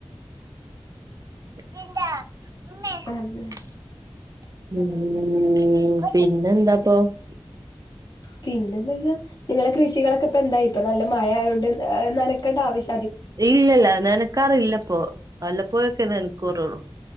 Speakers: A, on the right; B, on the left.
A: ഉം
B: പറഞ്ഞ്
A: ഉം പിന്നെന്താപ്പോ
B: പിന്നെന്താച്ചാ നിങ്ങളെ കൃഷികളൊക്കെ ഇപ്പ എന്തായിപ്പ നല്ല മയയായോണ്ട് നനക്കണ്ട ആവശ്യ
A: ഇല്ലില്ല നിനക്കാറില്ലിപ്പോ വല്ലപ്പോ യൊക്കെ നനക്കൂറുള്ളൂ